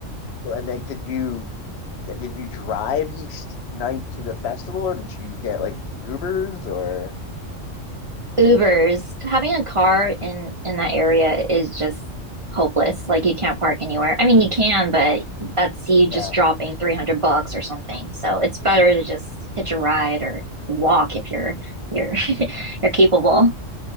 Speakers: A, on the left (about 65°); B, on the right (about 45°).
A: Cool. And like, did you did you drive each night to the festival or did you get like Ubers or
B: Ubers, having a car in in that area is just hopeless. Like you can't park anywhere. I mean, you can, but that's you
A: yeah?
B: just dropping 300 bucks or something. So it's better to just hitch a ride or walk if you're you're <laughs> you're capable.